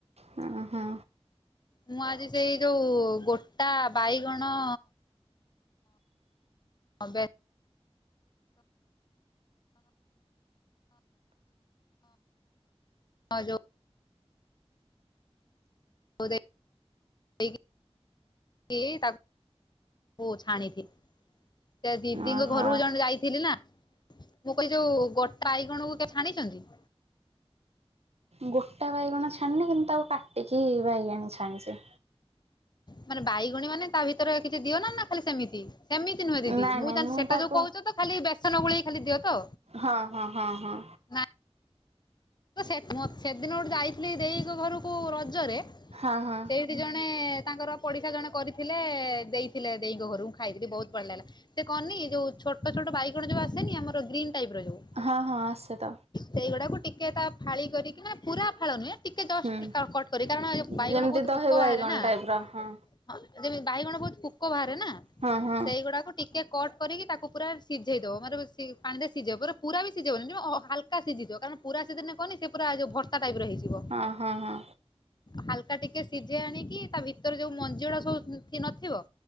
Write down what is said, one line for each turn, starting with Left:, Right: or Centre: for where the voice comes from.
Right: ହଁ ହଁ।
Left: ମୁଁ ଆଜି ସେଇ ଯୋଉ ଗୋଟା ବାଇଗଣ ବେସନ ହଁ ଯଉ - <unintelligible> <unintelligible> ତା ଦିଦିଙ୍କ
Right: ଓହୋ
Left: ଘରକୁ ଜଣେ ଯାଇଥିଲି ନା, ମୁଁ କହିଲି ଯଉ ଗୋଟା ଆଈଗଣକୁ ଛାଣିଛନ୍ତି?
Right: ଗୋଟା ବାଇଗଣ ଛାଣିନି କିନ୍ତୁ ତାକୁ କାଟିକି ବାଇଗାଣୀ ଛାଣିଛି।
Left: ମାନେ ବାଇଗଣୀ ମାନେ ତା ଭିତରେ କିଛି ଦିଅ ନା, ନା ଖାଲି ସେମିତି? ସେମିତି ନୁହେଁ ଦିଦି,
Right: ନାଇଁ
Left: ମୁଁ
Right: ନାଇଁ
Left: ଜାଣିଚି ସେଟା
Right: ତାକୁ
Left: ଯୋଉ କହୁଛ ତ ଖାଲି ବେସନ ଗୋଳେଇ ଖାଲି ଦିଅ ତ।
Right: ହଁ ହଁ ହଁ ହଁ
Left: ନା ସେ ସେଦିନ ଗୋଟେ ଯାଇଥିଲି ଦେଇଙ୍କ ଘରକୁ ରଜରେ
Right: ହଁ ହଁ
Left: ସେଇଠି ଜଣେ ତାଙ୍କର ପଡ଼ିଶା ଜଣେ କରିଥିଲେ ଦେଇଥିଲେ ଦେଇଙ୍କ ଘରକୁ ଖାଇଥିଲି ବହୁତ ଭଲ ଲାଗିଲା। ସେ କହନି ଯୋଉ ଛୋଟ ଛୋଟ ବାଇଗଣ ଯୋଉ ଆସନି ଆମର ଗ୍ରୀନ ଟାଇପ ର ଯୋଉ
Right: ହଁ ହଁ ଆସେ ତ
Left: ସେଇଗୁଡାକୁ ଟିକେ ତା ଫାଳି କରିକି ମାନେ ପୁରା ଫାଳ ନୁହେଁ। ଟିକେ ଜଷ୍ଟ
Right: ହୁଁ
Left: କଟ କରି କାରଣ ବାଇଗଣ
Right: ଯେମିତି
Left: ବହୁତ
Right: ଦହି
Left: ପୋକ
Right: ବାଇଗଣ
Left: ବାହାରେ ନା
Right: ଟାଇପ୍ ର ହଁ
Left: ହଁ ଯେମିତି ବାଇଗଣ ବହୁତ ପୋକ ବାହାରେ ନା
Right: ହଁ ହଁ
Left: ସେଇଗୁଡାକ ଟିକେ କଟ୍ କରିକି ତାକୁ ପୁରା ସିଝେଇଦବ ମାନେ ପାଣିରେ ସିଝେଇବ ପୁରା ପୁର ବି ସିଝେଇବନି ହଲକା ସିଝିଥିବ, କାରଣ ପୁରା ସେଦିନ କହନି ସେ ପା ଯଉ ଭତ୍ତା ଟାଇପ ର ହେଇଯିବ
Right: ହଁ ହଁ ହଁ
Left: ହାଲକା ଟିକେ ସିଝେଇ ଆଣିକି ତା ଭିତରେ ଯୋଉ ମଞ୍ଜିଗୁରା ସବୁ ନଥିବ